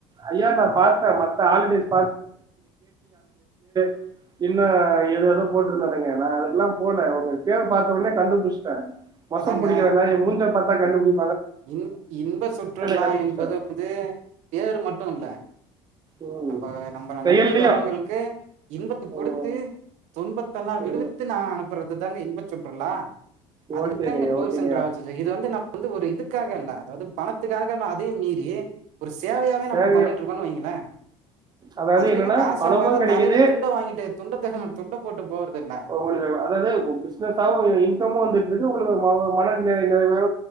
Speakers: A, on the right (about 35°); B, on the right (about 70°).
A: ஐயா நா பாத்த மத்த ஹாலிடேஸ் <unintelligible> இல்ல எதேதோ போட் <unintelligible> நா அதுக்கல்லா போல உங்களுக்கு பேரப் பாத்த உடனே கண்டுபுச்சிட்டே மொச
B: அதாங்க
A: புடிக்கிற நாய் மூஞ்சிய பார்த்தா கண்டுபிடி
B: இன் இன்ப சுற்றுலா
A: கண்டுபிடிச்சிட்டேன்
B: என்பது வந்து பேரு மட்டு மட்டுஇல்ல
A: ம்.
B: நம்ம நம்மள
A: செயல்லையும்
B: நம்பி வரவங்களுக்கு இன்பத்து கொடுத்து
A: ம்,
B: துன் பத்தெல்லா
A: ம்.
B: விடுவித்து நா அனுப்புறது தாங்க இன்பத்து சுற்றுலா அதுக்குதாங்க
A: ஓகேங்கய்யா
B: டூர்
A: ஓகேங்கய்யா
B: சென்டர் ஆரம்பிச்சிருக்கு இது வந்து நம வந்து ஒரு இதுக் க்காக அல்ல அதாது பணத்துக்காக அதையு மீறி ஒரு சேவையாவே நம்ம
A: சேவையும்
B: பண்ணிட்டு இருக்கோனு வைங்களே
A: அதாவது
B: அதுக்குன்னு
A: என்னன்னா
B: காசு
A: பணமும்
B: வாங்காத
A: கிடைக்குது
B: தலையில துண்ட வாங்கிட்டு துண்டத்த துண்ட போட்டு போறது இல்ல
A: உங்களுக்கு அதாவது பிசினஸாவும் இன்கமும் வந்துட்டு இருக்கு உங்களுக்கு ம- மன நிறை நிறைவே